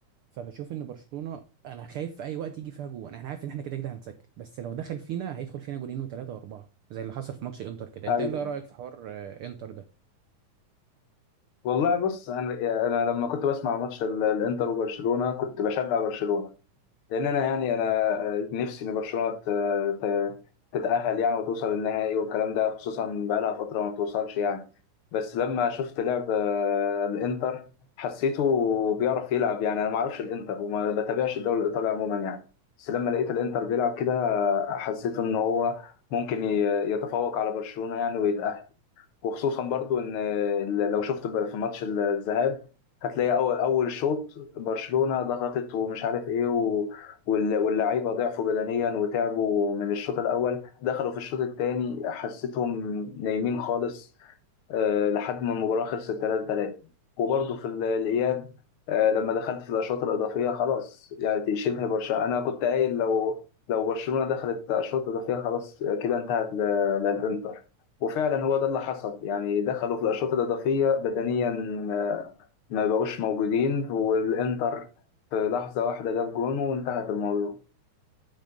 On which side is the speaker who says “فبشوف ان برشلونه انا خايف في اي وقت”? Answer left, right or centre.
Right